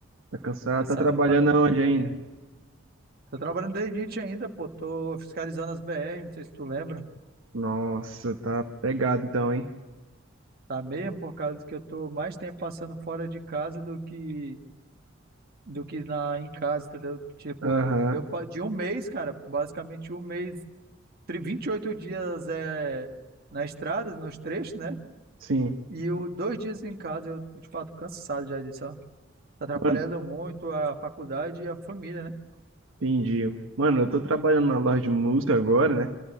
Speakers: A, on the right; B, on the right.
A: Tá cansado?
B: Cansado
A: Tá trabalhando
B: pra...
A: aonde ainda?
B: Tô trabalhando desde Nietzsche ainda, pô. Tô fiscalizando as BR, não sei se tu lembra.
A: Nossa, tá pegado então, hein?
B: Tá mesmo por causa que eu tô mais tempo passando fora de casa do que do que na em casa, entendeu? Tipo,
A: Aham,
B: eu pa- de um mês, cara, basicamente um mês, tri- 28 dias é na estrada, nos trechos, né?
A: sim.
B: E o dois dias em casa, eu, eu te falo, tô cansado já disso, ó. Tá atrapalhando
A: Mano,
B: muito a faculdade e a família, né?
A: entendi. Mano, eu tô trabalhando na loja de música agora, né?